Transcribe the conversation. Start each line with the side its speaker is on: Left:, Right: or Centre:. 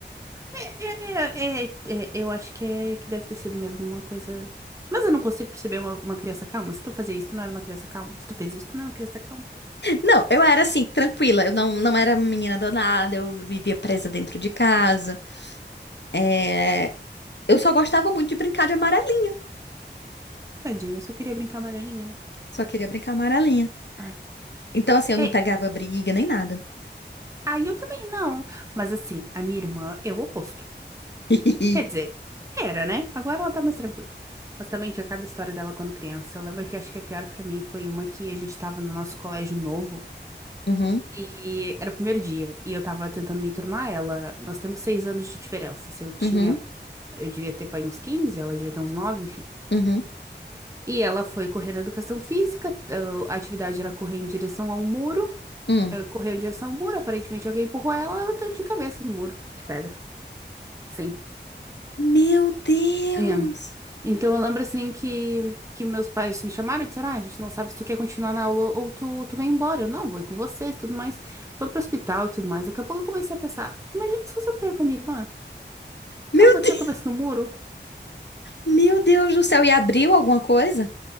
Right: É, é, é, é, é, eu acho que, é, que deve ter sido mesmo uma coisa... Mas eu não consigo perceber uma, uma criança calma. Se tu fazia isso, tu não era uma criança calma. Se tu fez isso, tu não era uma criança calma.
Left: Não, eu era assim, tranquila. Eu não, não era menina danada, eu vivia presa dentro de casa. É, Eu só gostava muito de brincar de amarelinha.
Right: Tadinha, só queria brincar amarelinha.
Left: Só queria brincar amarelinha.
Right: Ai.
Left: Então, assim, eu
Right: É,
Left: não pegava briga nem nada.
Right: Aí eu também não. Mas assim, a minha irmã é o oposto.
Left: <laughs>
Right: Quer dizer, era, né? Agora ela tá mais tranquila. Mas também tinha cada história dela quando criança. Eu lembro que acho que a pior pra mim foi uma que a gente tava no nosso colégio novo
Left: Uhum,
Right: e era o primeiro dia e eu tava tentando me enturmar ela. Nós temos seis anos de diferença. Se eu tinha,
Left: uhum,
Right: eu devia ter pai uns 15, ela devia ter uns 9, enfim.
Left: uhum,
Right: E ela foi correr na educação física, ah, a atividade era correr em direção a um muro,
Left: hum.
Right: ah, correu em direção ao muro, aparentemente alguém empurrou ela, ela deu de cabeça no muro de pedra. Sim.
Left: Meu Deus!
Right: É. Então eu lembro assim que, que meus pais me chamaram e disseram: ah, a gente não sabe se tu quer continuar na aula ou tu, tu vem embora. Eu não, vou ir com vocês e tudo mais. Foi pro hospital e tudo mais. Daqui a pouco eu comecei a pensar: imagina só se eu perco a minha irmã. Porque
Left: Meu
Right: ela bateu
Left: Deus,
Right: a cabeça no muro.
Left: meu Deus do céu! E abriu alguma coisa?